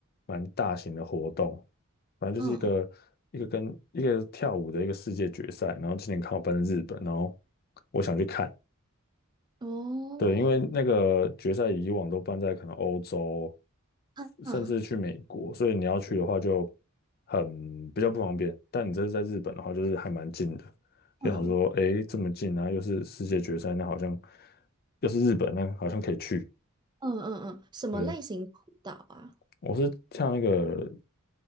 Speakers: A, on the left; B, on the right.
A: 蛮大型的活动，反正就是一个一个跟一个跳舞的一个世界决赛，
B: 嗯，
A: 然后今年看我办在日本，然后我想去看，
B: 哦，
A: 对，因为那个决赛以往都办在可能欧洲，
B: 嗯嗯
A: 甚至去美国，所以你要去的话就很比较不方便，但你这是在日本的话，就是还蛮近的。就想说，
B: 嗯
A: 诶，这么近啊，又是世界决赛，那好像又是日本，那好像可以去。
B: 嗯嗯嗯，什么类型舞蹈啊？
A: 对，我是跳那个